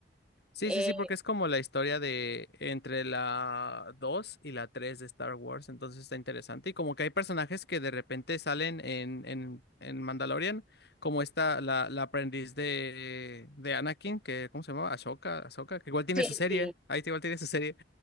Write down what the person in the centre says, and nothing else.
Eh,
sí,
sí.